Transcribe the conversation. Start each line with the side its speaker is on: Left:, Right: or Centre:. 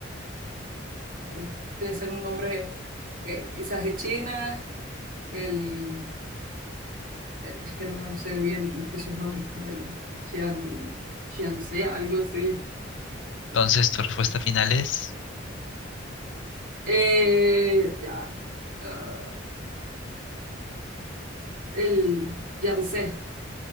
Right: ahí debe ser un nombre que quizás de China, el, el- es que no me sé bien esos nombres como el Chiang, Chiangse, algo así.
Left: Entonces, tu respuesta final es,
Right: Eh, ya, ah, el Yangtze.